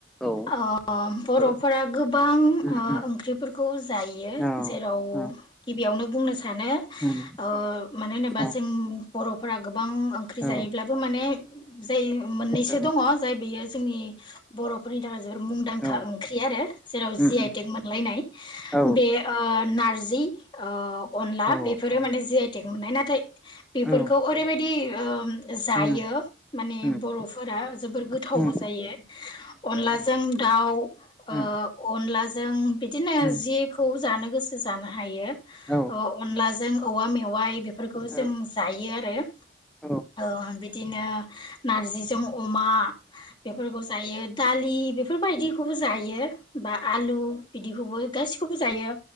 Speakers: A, in the centre; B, on the left (about 25°).
A: औ
B: ओ बर'फोरा
A: औ
B: गोबां
A: उम
B: ओ
A: उम
B: ओंख्रिफोरखौ जायो
A: औ
B: जेराव
A: औ
B: गिबियावनो बुंनो सा सानो
A: उम
B: ओ मानो होनोबा
A: औ
B: जों बर गोबां ओंख्रि
A: औ
B: जायोब्लाबो माने जाय मोन्नैसो
A: औ
B: दङ जाय बेयो जोंनि बरफोरनि थाखाय जोबोद मुंदांखा
A: औ
B: ओंख्रि आरो जेराव
A: उम
B: जि
A: उम
B: आइ टेक मोनलायनाय
A: औ
B: बे ओ नारजि ओ अनला
A: औ
B: बेफोरो माने जि आइ टेक मोननाय नाथाय बेफोरखौ
A: औ
B: ओरैबायदि ओम जायो
A: उम उम
B: माने
A: उम
B: बर' फोरा जोबोर गोथावबो
A: उम
B: जायो अनलाजों दाउ ओ
A: उम
B: अनला जों बिदिनो
A: उम
B: जेखौ जानो गोसो सो जानो हायो ओ
A: औ
B: अनलाजों औवा मेवाइ बेफोरखौ
A: औ
B: जों जायो। यो आरो
A: औ
B: ओ बिदिनो नारजिजों अमा बेफोरखौ जायो दालि बेफोरबायदिखौबो जायो। बा आलु बिदिखौबो गासिखौबो जायो